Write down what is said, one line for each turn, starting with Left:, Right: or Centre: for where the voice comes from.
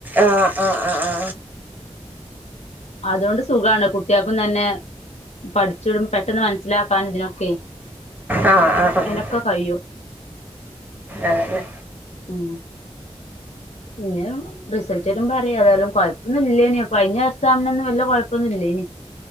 Right: ആഹ് ആ ആ ആ
Left: അതോണ്ട് സുഖാണ് കുട്ടിയക്കും തന്നെ പഠിച്ചിടും പെട്ടെന്ന് മനസ്സിലാക്കാൻ ഇതിനൊക്കെ
Right: ആഹ് ആഹ് ആഹ്
Left: എനൊക്കെ കഴിയും
Right: അതന്നെ
Left: ഉം ഇങ്ങനെ വേണം റിസൾട്ട് വരുമ്പം അറിയാ ഏതായാലും കൊഴപ്പൊന്നു ഇല്ലേന് കഴിഞ്ഞ എക്സാമിനൊന്നും വല്ല്യ കൊഴപ്പൊന്നു ഇല്ലേന്